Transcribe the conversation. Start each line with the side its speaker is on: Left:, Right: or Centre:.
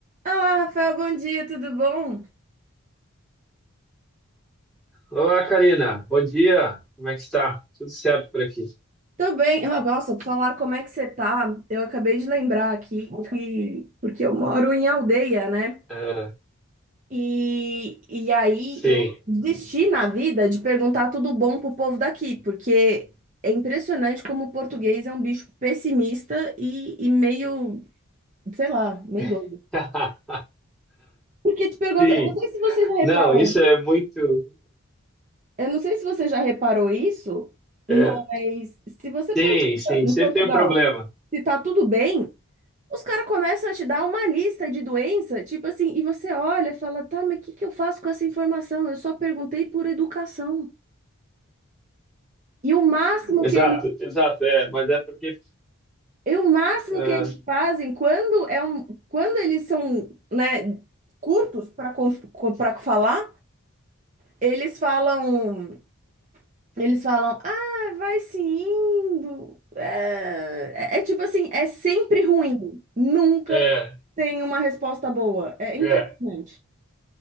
Right: Olá, Rafael, bom dia, tudo bom?
Centre: Olá, Karina. Bom dia. Como é que está? Tudo certo por aqui?
Right: Tô bem. Ah, nossa, por falar como é que você tá, eu acabei de lembrar aqui que... Porque eu moro em aldeia, né?
Centre: Ah,
Right: E, e aí
Centre: sim.
Right: eu desisti na vida de perguntar tudo bom pro povo daqui, porque é impressionante como o português é um bicho pessimista e, e meio, sei lá, meio
Centre: <laughs>
Right: doido. Porque tu pergunta...
Centre: Sim.
Right: Eu não sei se você já reparou...
Centre: Não, isso é muito.
Right: Eu não sei se você já reparou isso, mas
Centre: é, é,
Right: se você pergunta
Centre: sim, sim.
Right: em
Centre: Sempre
Right: Portugal...
Centre: tem um problema.
Right: se tá tudo bem, os caras começam a te dar uma lista de doença, tipo assim, e você olha e fala, tá, mas o que que eu faço com essa informação? Eu só perguntei por educação. E o máximo
Centre: Exato,
Right: que ele,
Centre: exato. É, mas é porque.
Right: e o máximo
Centre: ah,
Right: que eles fazem quando é um, quando eles são, né, curtos para para falar, eles falam, eles falam, ah, vai se indo. É, é é tipo assim, é sempre ruim. Nunca
Centre: é,
Right: tem uma resposta boa. É impressionante.
Centre: é.